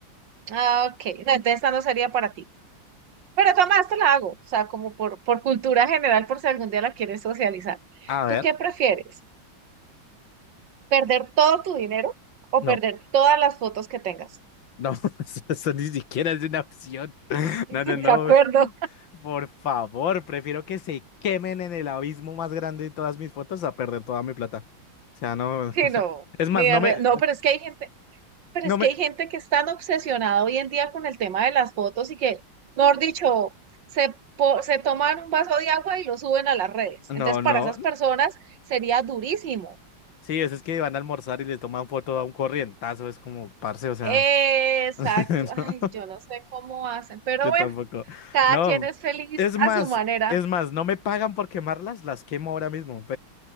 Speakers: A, on the right; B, on the left.
A: Ah, ok. No, entonces esta no sería para ti. Pero Tomás, te la hago. O sea, como por, por cultura general, por si algún día la quieres socializar.
B: A ver,
A: ¿Tú qué prefieres? ¿Perder todo tu dinero o
B: no,
A: perder todas las fotos que tengas?
B: no, <laughs> eso eso ni siquiera es una opción.
A: <laughs>
B: No, no, no.
A: ¿De acuerdo?
B: <laughs> Por favor, prefiero que se quemen en el abismo más grande de todas mis fotos a perder toda mi plata. O sea, no,
A: Sí,
B: <laughs> o sea,
A: no.
B: es
A: Ni
B: más,
A: de
B: no
A: re-
B: me,
A: No, pero es que hay gente, Pero
B: no
A: es que
B: me,
A: hay gente que es tan obsesionada hoy en día con el tema de las fotos y que, mejor dicho, se, po- se toman un vaso de agua y lo suben a las redes.
B: no,
A: Entonces,
B: no.
A: para esas personas sería durísimo.
B: Sí, es, es que van a almorzar y le toman foto a un corrientazo, es como, parce, o sea.
A: Exacto.
B: <laughs>
A: Ay,
B: no,
A: yo no sé cómo hacen, pero
B: yo
A: bueno,
B: tampoco.
A: cada
B: No,
A: quien es feliz
B: es
A: a
B: más,
A: su manera.
B: es más, no me pagan por quemarlas, las quemo ahora mismo.